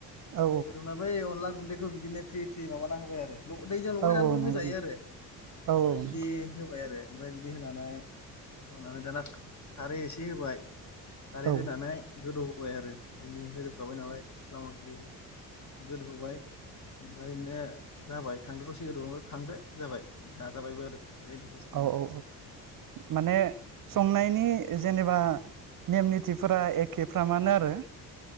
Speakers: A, on the right; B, on the left.
A: औ
B: गोदौना बै अनला गुन्दैखौ बिदिनो फ्रि फ्रि माबाना होबाय आरो। न' दैजों लगायनानैबो
A: औ औ
B: होजायो
A: नंगौ नोंथां
B: आरो
A: औ
B: ओमफाय
A: औ
B: बिदि
A: नंगौ
B: होबाय आरो। ओमफ्राय बिदि होनानै होनानै दाना खारै एसे होबाय खारै
A: औ
B: होनानै गोदौ होबाय आरो बिदिनो होजोबखाबाय नालाय मस्ला मस्लि गोदौहोबाय ओमफ्राय दा जाबाय खांदो दसे गोदौनानै खांदो जाबाय जाजाबायबो आरो। बेबायदि सिस्टेम
A: औ
B: आरो
A: औ माने संनायनि जेनेबा नेम निथिफोरा एख खेफ्रामानो आरो।